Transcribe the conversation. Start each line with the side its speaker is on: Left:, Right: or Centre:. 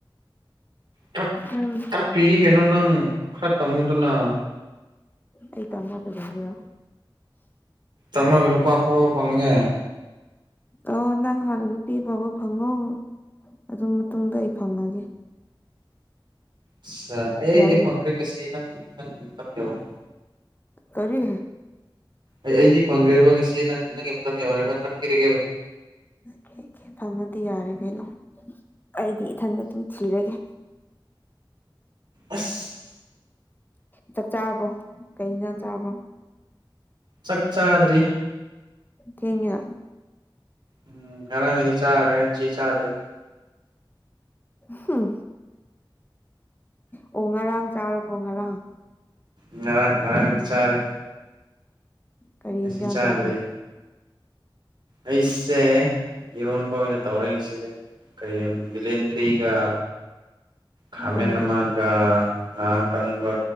Right: ꯇꯥꯛ
Left: ꯎꯝ
Right: ꯇꯥꯛꯄꯤꯒꯦ ꯀꯩꯅꯣ ꯅꯪ ꯈꯔ ꯇꯝꯃꯨꯗꯅ
Left: ꯑꯩ ꯇꯃꯥ ꯀꯩꯗꯧꯗꯣꯏꯔꯣ
Right: ꯇꯝꯃꯒꯥ ꯅꯨꯄꯥ ꯐꯕ ꯐꯪꯅꯤꯡꯉꯥꯏ
Left: ꯑꯧ ꯅꯪ ꯍꯥꯟꯅ ꯅꯨꯄꯤ ꯑꯐꯥꯕ ꯐꯪꯉꯣ ꯑꯗꯨ ꯃꯇꯨꯡꯗ ꯑꯩ ꯐꯪꯉꯒꯦ
Right: ꯑꯁꯥ ꯑꯩ
Left: ꯌꯥꯏꯅ
Right: ꯑꯦ ꯐꯪꯈ꯭ꯔꯦ ꯉꯁꯤ ꯅꯪ ꯅꯪꯪ ꯌꯧꯔꯦ
Left: ꯀꯔꯤ
Right: ꯑꯩ ꯑꯩꯗꯤ ꯐꯪꯈ꯭ꯔꯦꯕ ꯉꯁꯤ ꯅꯪ ꯅꯪꯒꯤ ꯃꯇꯝ ꯌꯧꯔꯦꯕ ꯇꯝꯕꯤꯔꯒꯦꯕ
Left: ꯀꯦꯀꯦ ꯐꯪꯉꯥꯗꯤ ꯌꯥꯔꯦ ꯀꯩꯅꯣ ꯑꯩꯗꯤ ꯏꯊꯟꯗ ꯑꯗꯨꯝ ꯊꯤꯔꯒꯦ
Right: ꯑꯁ
Left: ꯆꯥꯛ ꯆꯥꯔꯕꯣ ꯀꯩꯏꯟꯖꯥꯡ ꯆꯥꯕ꯭ꯔꯣ
Right: ꯆꯥꯛ ꯆꯥꯗ꯭ꯔꯤ
Left: ꯊꯦꯡꯉꯤꯅ
Right: ꯎꯝ ꯉꯔꯥꯡꯉꯩꯗꯤ ꯆꯥꯒ꯭ꯔꯦ ꯁꯤ ꯆꯥꯗ꯭ꯔꯤ
Left: ꯍꯝ ꯑꯣ ꯉꯔꯥꯡ ꯆꯥꯔꯕꯣ ꯉꯔꯥꯡ
Right: ꯉꯔꯥꯡ ꯉꯔꯥꯡ ꯆꯥꯔꯦ
Left: ꯀꯔꯤ
Right: ꯉꯁꯤ
Left: ꯏꯟꯖꯥꯡ
Right: ꯆꯥꯗ꯭ꯔꯤ
Left: ꯆꯥꯕ꯭ꯔꯣ
Right: ꯑꯩꯁꯦ ꯏꯔꯣꯟꯕ ꯑꯣꯏꯅ ꯇꯧꯔꯦ ꯉꯁꯤꯁꯦ ꯀꯩ ꯕꯤꯂꯦꯟꯗꯔꯤꯒꯥ ꯈꯃꯦꯟ
Left: ꯑꯣ
Right: ꯅꯃꯥ ꯀꯔꯥ ꯉꯥ ꯀꯪꯕ